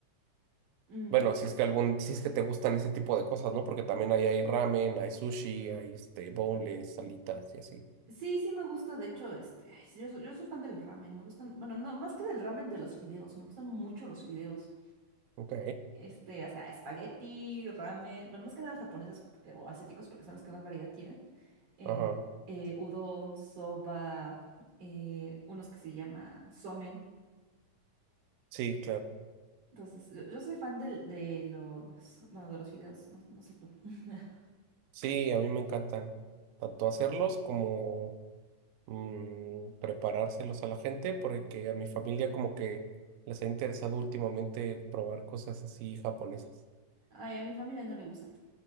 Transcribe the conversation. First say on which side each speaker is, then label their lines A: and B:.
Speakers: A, on the right; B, on the right.
A: Mm.
B: Bueno, si es que algún, si es que te gustan ese tipo de cosas, ¿no? Porque también ahí hay ramen, hay sushi, hay este boneless, salitas y así.
A: Sí, sí me gusta, de hecho, este, ay, yo, so- yo soy fan del ramen, me gustan, bueno, no, más que del ramen, de los fideos, me gustan mucho los fideos.
B: Ok,
A: Este, o sea, espagueti, ramen, bueno, más que nada japoneses eh, o asiáticos porque son los que más variedad tienen. Eh,
B: ajá.
A: eh, udon, soba, eh, unos que se llaman somen.
B: Sí, claro.
A: Entonces, yo, yo soy fan del- de, los, bueno, de los fideos no, no sé tú. <laughs>
B: Sí, a mí me encantan tanto hacerlos como mm, preparárselos a la gente, porque a mi familia como que les ha interesado últimamente probar cosas así japonesas.
A: Ay, a mi familia no le gusta.